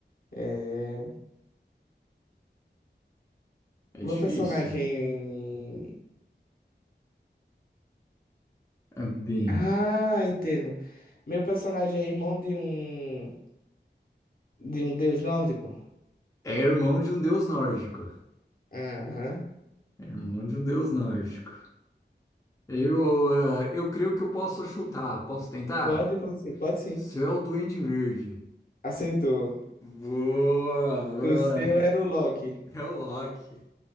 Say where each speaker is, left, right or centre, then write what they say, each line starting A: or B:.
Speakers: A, on the left; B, on the left.
A: É.
B: É
A: Meu
B: difícil?
A: personagem.
B: É Bem,
A: Ah, entendo. Meu personagem é irmão de um. De um deus nórdico?
B: é irmão de um deus nórdico.
A: Aham.
B: É irmão de um deus nórdico. Eu, ah, eu creio que eu posso chutar. Posso tentar?
A: Pode, pode sim, pode sim.
B: Céu Duende Verde.
A: Aceitou.
B: Boa,
A: O seu
B: boa.
A: era o Loki.
B: É o Loki.